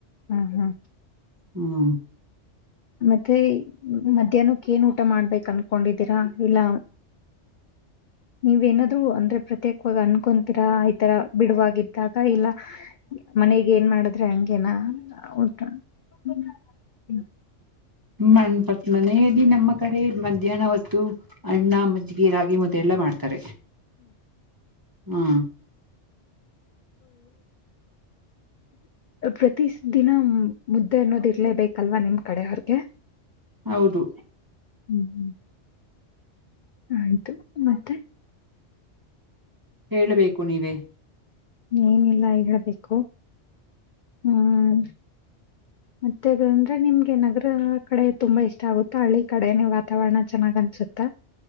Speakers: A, on the left; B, on the right.
A: ಹ್ಮ್ ಹ್ಮ್
B: ಹ್ಮ್
A: ಮತ್ತೆ ಮಧ್ಯಾಹ್ನಕ್ಕ ಏನ್ ಊಟ ಮಾಡ್ಬೇಕ ಅನ್ಕೊಂಡಿದ್ದೀರಾ ಇಲ್ಲ ನೀವೇಏನಾದ್ರು ಅಂದ್ರೆ ಪ್ರತ್ಯೇಕವಾಗಿವಾಗಿ ಅನ್ಕೊತೀರಾ ಈತರ ಬಿಡುವಾಗಿದ್ದಾಗ ಇಲ್ಲ ಮನೆಗೆ ಏನ್ ಮಾಡದು <inaudible> ಗನಾ ಊಟ ಹ್ಮ್
B: ಮಣ್ಪಟ್ ಮನೆ ದಿನ ನಮ್ಮ ಕಡೆ ಮಧ್ಯಾಹ್ನ ಹೊತ್ತು. ಅನ್ನ ಮಜ್ಗಿ ರಾಗಿ ಮುದ್ದೆ ಎಲ್ಲ ಮಾಡ್ತಾರೆ ಹ್ಮು
A: ಪ್ರತ ದಿನ ಮುದ್ದೆ ಅನ್ನೋದ ಇರ್ಲೇಬೇಕಲ್ವಾ ನಿಮ್ ಕಡೆ ಅವ್ರಗೆ
B: ಹೌದು
A: ಹ್ಮ್ ಹ್ಮ್ ಆಯ್ತು ಮತ್ತೆ
B: ಹೇಳಬೇಕು ನೀವೇ.
A: ಏನಿಲ್ಲ ಹೇಬೇಕು ಹ್ಮ್ ಮತ್ತೆ ಅಂದ್ರೆ ನಿಮ್ಗೆ ನಗರ ಕಡೆ ತುಂಬಾ ಇಷ್ಟ ಆಗುತ್ತ ಹಳ್ಳಿ ಕಡೆನೆೇ ವಾತಾವರಣ ಚೆನ್ನಾಗ್ ಅನ್ಸುತ್ತ